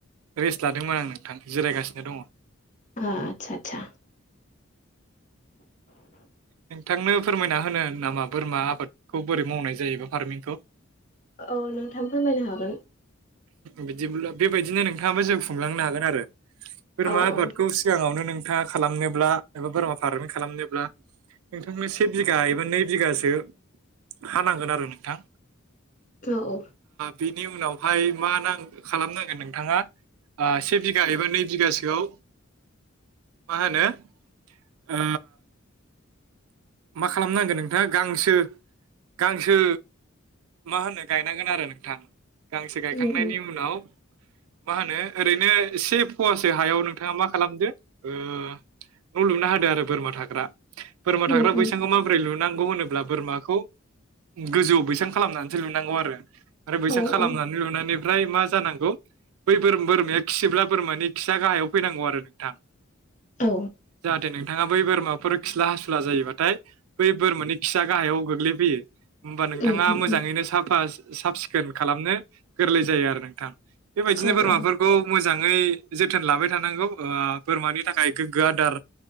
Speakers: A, on the right; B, on the left.
A: रेस्ट लादोंमोन आं नोंथां जिरायगासिनो दङ।
B: आ आदसा आदसा।
A: नोंथांनो फोरमायना होनो नामा बोरमा आबादखौ बोरै मावनाय जायोबा फार्मिंखौ?
B: औ नोंथां फोरमायनो हागोन।
A: बिदिब्ला बेबायदिनो नोंथाङाबो जिउ खुंलांनो हागोन आरो बोरमा
B: औ
A: आबादखौ
B: औ
A: सिगाङावनो नों का खालामनोब्ला एबा बोरमा फारमिं खालामनोब्ला नोंथांनो से बिघा एबा नै बिगासो हानांगोन आरो नोंथां।
B: औ।
A: बिनि उनावहाय मा नां खालामनांगोन नोंथाङा। ओ से बिघा एबा नै बिघासोआव मा होनो ओ। मा खालामनांगोन नोंथाङा गांसो गांसो मा होनो गायनांगोन आरो नोंथां गांसे गायखांनायनि
B: उम उम
A: उनाव मा होनो? ओरैनो इसे फुवासे हायाव नोंथाङा मा खालामदो ओ। न' लुना होदो आरो बोरमा थाग्रा। बोरमा थाग्रा
B: उम
A: बैसांखौ
B: उम
A: माबोरै लुनांगौ होनोब्ला बोरमाखौ गोजौआव बैसां खालामनानैसो लुनांगौ आरो आरो बैसां
B: औ
A: खालामनानै
B: औ
A: लुनानै ओमफ्राय मा जानांगौ बै बोर-बोरमाया खियोब्ला बोरमानि खिया गाहायाव फैनांगौ आरो नोंथां।
B: औ
A: जार। दो नोंथाङा बै बोरमाफोर खिला हासुला जायोबाथाय बै बोरमानि खिआ गाहायाव गोग्लैफैयो। होमबा नोंथाङा
B: उम उम
A: मोजाङैनो
B: उम
A: साफा साफ सिखोन खालामनो गोरलै जायो आरो नोंथां। बेबायदिनो
B: औ औ
A: बोरमाफोरखौ मोजां। ङै जोथोन लाबाय थानांगौ ओ बोरमानि थाखाय गोग्गो आदार।